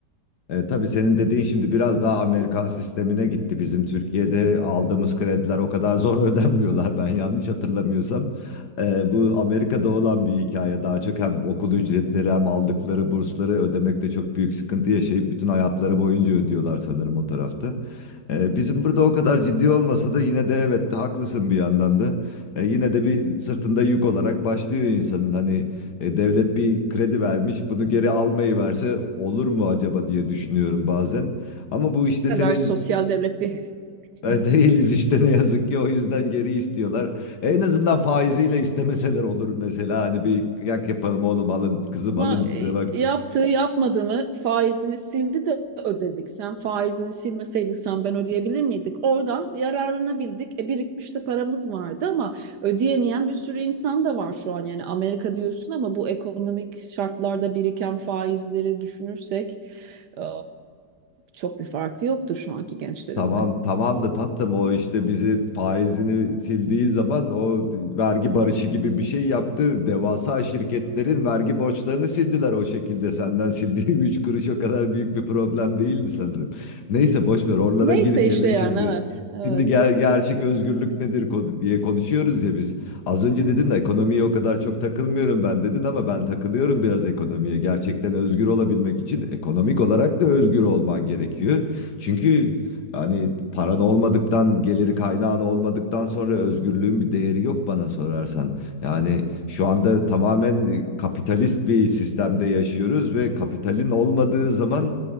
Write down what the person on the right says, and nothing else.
Ne
kadar sosyal devletteyiz.
<laughs>
Ama
e,
yaptığı yapmadığını faizini sildi de ödedik. Sen faizini silmeseydin sen ben ödeyebilir miydik? Oradan yararlanabildik. E, birikmiş de paramız vardı ama ödeyemeyen bir sürü insan da var şu an. Yani Amerika diyorsun ama bu ekonomik şartlarda biriken faizleri düşünürsek e, çok bir farkı yoktur şu anki gençlerin
de.
Neyse
işte yani
evet. Evet.